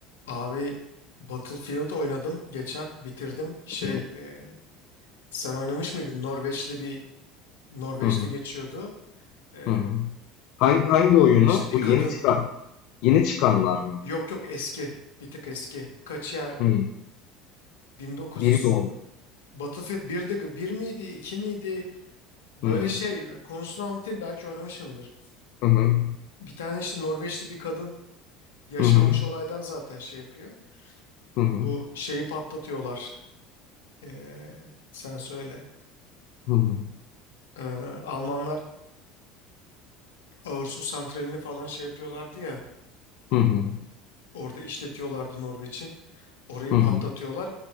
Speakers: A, on the left; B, on the left.
A: Abi Battlefield oynadım geçen bitirdim. Şey
B: Hıı.
A: e, sen oynamış mıydın? Norveçli bir Norveç'te
B: Hı hı.
A: geçiyordu. E,
B: Hı hı. Hangi hangi oyunu?
A: Norveçli bir
B: Bu
A: kadın.
B: yeni çıkan yeni çıkanlar mı?
A: Yok yok eski. Bir tık eski. Kaç ya?
B: Hıı.
A: 1900
B: Biri mi oldu?
A: Battlefield 1'di, bir miydi, 2 miydi? Böyle
B: Hıı.
A: şey konusunu anlatayım belki oynamışsındır.
B: Hı hı.
A: Bir tane işte Norveçli bir kadın yaşanmış
B: Hı hı.
A: olaydan zaten şey yapıyor.
B: Hı hı.
A: Bu şeyi patlatıyorlar. E, sen söyle.
B: Hı hı.
A: E, Almanlar Ağırsu santralini falan şey yapıyorlardı ya.
B: Hı hı.
A: Orada işletiyorlardı Norveç'in. Orayı
B: Hı
A: patlatıyorlar.
B: hı.